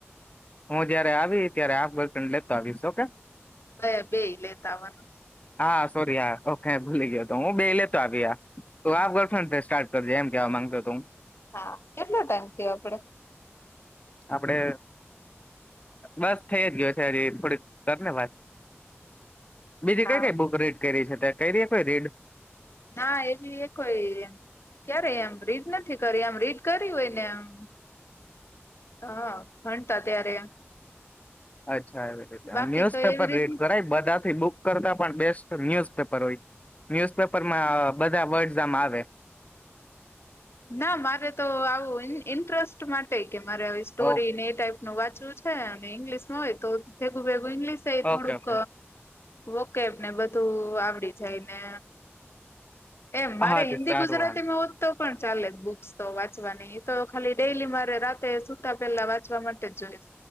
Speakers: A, on the left; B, on the left.
A: હું જયારે આવી ત્યારે હાફ ગર્લફ્રેન્ડ લેતો આવીશ ઓકે.
B: બે બે લેતા આવાનું.
A: હા સોરી હા ઓકે ભૂલી ગયો તો હું બે લેતો આવિયા તો હાફ ગર્લફ્રેડથી સ્ટાર્ટ કરજે એમ કેવા માંગતો હું.
B: હા કેટલો ટાઈમ થયો આપડે.
A: આપડે બસ થઈ જ ગયો છે હજી થોડીક કરને વાત. બીજી કઈ
B: હા
A: કઈ બુક રેટ કરી છે? તે કઈ રિયે કોઈ રીડ?
B: ના એ બી એ કોઈ ક્યારે એમ રીડ નથી કરી આમ રીડ કરી હોયને આમ. હાઆ ભણતા ત્યારે
A: હજ <inaudible>
B: બાકી
A: ન્યુઝપેપર
B: તો એવી રીત
A: રીડ કરાય બધાથી બુક કરતા પણ બેસ્ટ ન્યુઝપેપર હોય. ન્યુઝ પેપરમાં આ બધા વર્ડસ આમ આવે.
B: ના મારે તો આવું ઈન-ઇન્ટરેસ્ટ માટેએ કે મારે આવી સ્ટોરી
A: ઓ
B: ને એ ટાઈપ નું વાંચવું છે અને ઇંગ્લિશમાં હોય તો તેવું ભેગું તો ઇંગ્લીસ એ
A: ઓકે
B: થોડુંક
A: ઓકે
B: વોકેબને બધું આવડી જાય ને. એમ મારે
A: હા તે
B: હિન્દી
A: સારું
B: ગુજરાતીમાં
A: વાંધો
B: હોત તો પણ ચાલે બુક્સ તો વાચવાની. એતો ખાલી ડેલી મારે રાતે સુતા પહેલા વાંચવા માટે જ જોએજ.